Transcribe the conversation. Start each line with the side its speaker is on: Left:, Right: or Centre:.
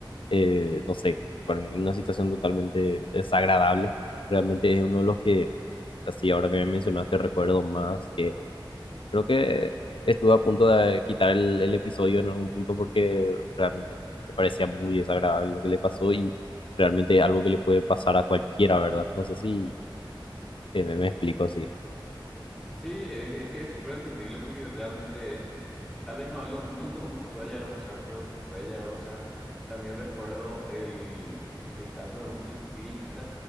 Left: eh, no sé, para mí una situación totalmente desagradable. Realmente es uno de los que Así, ahora que me mencionaste, recuerdo más que creo que estuve a punto de quitar el, el episodio en algún punto porque realmente me parecía muy desagradable lo que le pasó y realmente algo que le puede pasar a cualquiera, ¿verdad? No sé si eh, me, me explico así.
Centre: Sí, es, es que es súper entendible porque realmente Tal vez no algo muy común que te pueda llegar a pasar, pero te puede llegar a pasar. También recuerdo el, el caso de un ciclista